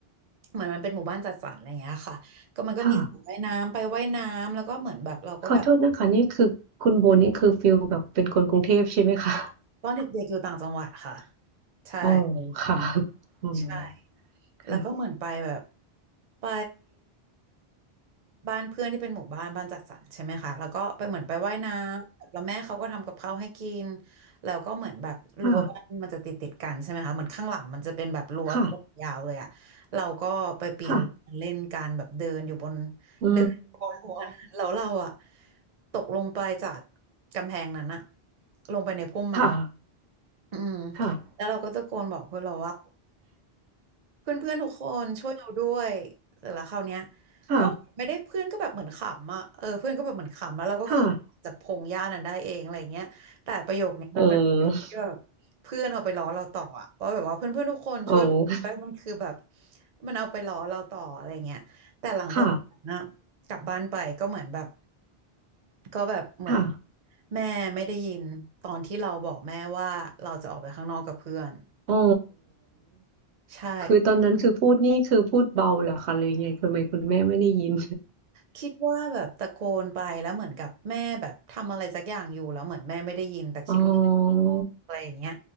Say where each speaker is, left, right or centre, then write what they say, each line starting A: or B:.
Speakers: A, on the right; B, on the right.
A: เหมือนมันเป็นหมู่บ้านจัดสรรอะไรอย่างเงี้ยค่ะก็มันก็มีสระว่ายน้ำไปว่ายน้ำแล้วก็เหมือนแบบเราก็แบบ
B: ค่ะ ขอโทษนะคะนี่คือคุณโบนี่คือฟิลแบบเป็นคนกรุงเทพใช่ไหมคะ
A: ตอนเด็กๆอยู่ต่างจังหวัดค่ะใช่
B: อ๋อค่ะอือ
A: ใช่
B: ค่ะ
A: แล้วก็เหมือนไปแบบไปบ้านเพื่อนที่เป็นหมู่บ้านบ้านจัดสรรใช่ไหมคะแล้วก็ไปเหมือนไปว่ายน้ำแล้วแม่เขาก็ทำกับข้าวให้กินแล้วก็เหมือนแบบรั้วบ้านมันจะติดติดกันใช่ไหมคะเหมือนข้างหลังมันจะเป็นแบบรั้วตัวยาวเลยอะเราก็ไปปีนรั้วเล่นกันแบบเดินอยู่บน
B: ค่ะค่ะค่ะอื
A: เดินบนรั้วนั้นแล้วเราอะ
B: ม
A: ตกลงไปจากกำแพงนั้นอะลงไปในพุ่มไม้
B: ค่ะ
A: อืม
B: ค่ะ
A: แล้วเราก็ตะโกนบอกเพื่อนเราว่า เพื่อนๆทุกคนช่วยเราด้วยเสร็จแล้วคราวเนี้ย
B: ค่ะ
A: ก็ไม่ได้เพื่อนก็แบบเหมือนขำอ่ะเออเพื่อนก็แบบเหมือนขำแล้วเราก็คือออกจากพงหญ้านั้นได้เองอะไรเงี้ยแต่ประโยคเนี้ยมันเป็นประโยคที่แบบเพื่อนเอาไปล้อเราต่ออะว่าแบบว่าเพื่อนๆทุกคนช่วยเราด้วยมันคือแบบ
B: ค่ะเออเออ
A: มันเอาไปล้อเราต่ออะไรเงี้ยแต่หลังจากนั้นอะกลับบ้านไปก็เหมือนแบบ
B: ค่ะ
A: ก็แบบเหมือน
B: ค่ะ
A: แม่ไม่ได้ยินตอนที่เราบอกแม่ว่าเราจะออกไปข้างนอกกับเพื่อน
B: อ๋อ
A: ใช่
B: คือตอนนั้นคือพูดนี่คือพูดเบาเหรอคะเลยไงคุณไม่คุณแม่ไม่ได้ยิน
A: คิดว่าแบบตะโกนไปแล้วเหมือนกับแม่แบบทำอะไรสักอย่างอยู่แล้วเหมือนแม่ไม่ได้ยินแต่คิดว่า
B: อ๋อ
A: อะไรอย่างเงี้ย